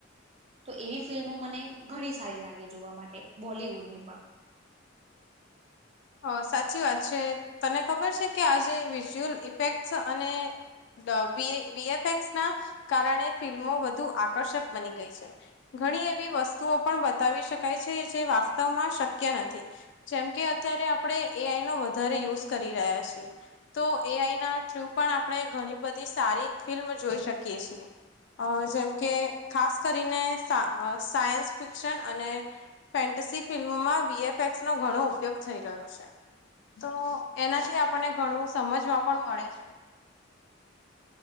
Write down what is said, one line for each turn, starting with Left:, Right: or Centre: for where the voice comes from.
Right: તો એવી ફિલ્મો મને ઘણી સારી લાગે જોવા માટે બોલિવુડની પણ. <inaudible>
Left: હ સાચી વાત છે. તને ખબર છે કે આજે વિઝ્યુઅલ ઇફેક્ટસ અને વે વી એ વી એફે એક્સના કારણે ફિલ્મો વધુ આકર્ષક બની ગઈ છે. ઘણી એવી વસ્તુઓ પણ બતાવી શકાય છે જે વાસ્તવમાં શક્ય નથી. જેમ કે અત્યારે આપણે એ આઈ નો વધારે યુઝ કરી રહ્યા છીએ. તો એ આઈના થ્રુ પણ આપણે ઘ ઘણી બધી સારી ફિલ્મ જોઈ શકીએ છીએ. અહ જેમ કે ખાસ કરીને સા આહ સાયન્સ ફિક્શન અને ફેન્ટ એસી ફિલ્મોમાં વી એફ એક્સનો ઘણો ઉપયોગ થઈ રહ્યો છે. તો એનાથી આપણને ઘણું સમજવા પણ મળે છે.